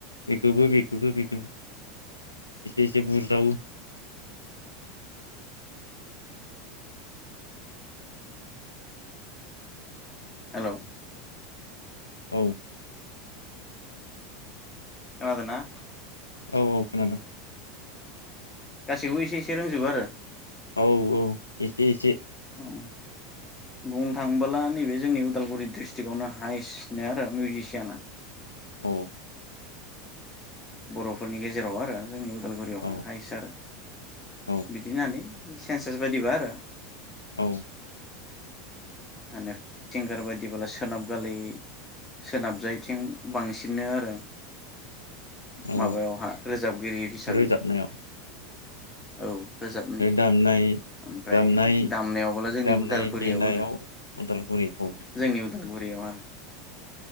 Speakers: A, on the left; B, on the left.
A: बेखौबो बेखौबो बेखौबो एसे एसे बुरज्रावो
B: हेलौ
A: औ
B: खोनादोना
A: औ औ खोनादों
B: गासैखौबो एसे एसे रोंजोबो आरो
A: औ औ एसे एसे
B: आरो बुंनो थाङोबोला नैबे जोंनि उदालगुरि डिस्ट्रिकआवनो हायेस्टनो आरो मिउजिसियाना
A: औ
B: बर'फोरनि गेजेराव आरो जोंनि उदालगुरियावहा
A: औ
B: हायसारो
A: औ
B: बिदि होन्नानै सेनसास बायदिबा आरो?
A: औ
B: माने थिंगार बायदिला सोनाब गालै सोनाबजायथिं बांसिनो आरो
A: औ
B: माबायावहा रोजाबगिरि हिसाबै
A: रोजाबनायाव
B: औ रोजाबनि
A: बे दामनाय
B: ओमफ्राय
A: दामनाय
B: दामनायावबोला जोंनि
A: दामनाय
B: उदालगुरिआव
A: देनायाव
B: आरो
A: उदालगुरि औ
B: जोंनि उदालगुरियाव आरो